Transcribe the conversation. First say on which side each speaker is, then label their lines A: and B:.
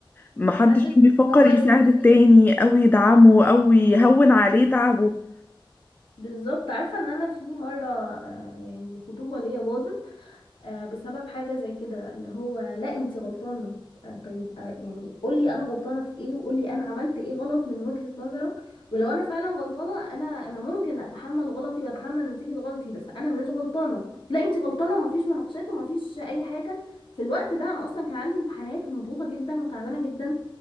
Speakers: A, on the left (about 20°); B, on the left (about 65°).
A: محدش
B: محدش
A: فيهم بيفكر
B: بيتصور
A: يساعد
B: ازاي
A: التاني او يدعمه او يهون عليه تعبه
B: بالظبط عارفه ان انا في مره آه، يعني خطوبه ليا باظت آه، بسبب حاجة زي كده اللي هو لا انت غلطانة آه، طيب آه، يعني قولي انا غلطانة في ايه وقولي انا عملت ايه غلط من وجهة نظرك ولو انا فعلا غلطانة انا انا ممكن اتحمل غلطي واتحمل نتيجة غلطي بس انا مش غلطانة لا انت غلطانة ومفيش مناقشات ومفيش اي حاجة في الوقت ده انا اصلا كان عندي امتحانات ومضغوطة جدا وتعبانة جدا